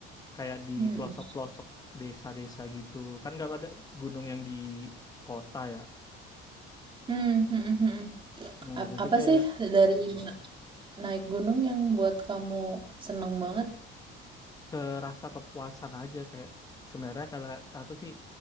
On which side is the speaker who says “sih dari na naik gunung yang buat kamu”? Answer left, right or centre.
Right